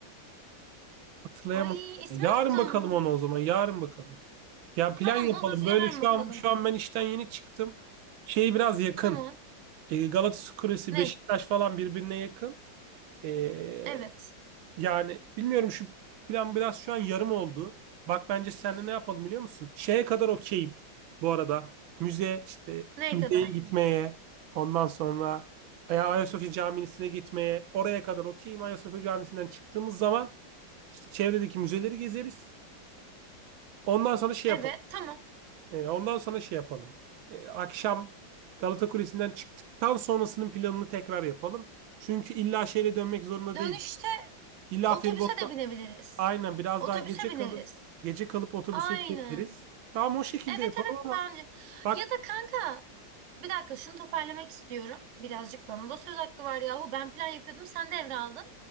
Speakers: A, on the right (about 90°); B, on the right (about 55°).
A: Hatırlayamadım.
B: Ay ismini
A: Yarın
B: unuttum.
A: bakalım onu o zaman. Yarın bakalım. Ya plan
B: Tamam
A: yapalım.
B: olur yarın
A: Böyle şu
B: bakalım.
A: an şu an ben işten yeni çıktım. Şey biraz yakın.
B: Tamam.
A: E, Galatasaray Kulesi,
B: Ne?
A: Beşiktaş falan birbirine yakın. E,
B: Evet.
A: Yani bilmiyorum şu plan biraz şu an yarım oldu. Bak bence seninle ne yapalım biliyor musun? Şeye kadar okeyim bu arada. Müze işte
B: Ne
A: müzeye
B: kadar?
A: gitmeye ondan sonra ya Ayasofya Camisi'ne gitmeye oraya kadar okeyim. Ayasofya Camisi'nden çıktığımız zaman işte çevredeki müzeleri gezeriz. Ondan sonra şey
B: Evet
A: yapalım.
B: tamam.
A: Ee, ondan sonra şey yapalım. Ee, akşam Galata Kulesi'nden çıktıktan sonrasının planını tekrar yapalım. Çünkü illa şehre dönmek zorunda
B: Dönüşte
A: değil. İlla
B: otobüse
A: feribotla
B: de binebiliriz.
A: Aynen biraz
B: Otobüse
A: daha gece
B: bineriz.
A: kalıp gece kalıp otobüse
B: Aynen.
A: binebiliriz. Tamam o şekilde
B: Evet
A: yapalım
B: evet
A: ama
B: bence.
A: bak
B: Ya da kanka Bir dakika şunu toparlamak istiyorum. Birazcık bana da söz hakkı var yahu. Ben plan yapıyordum sen devraldın.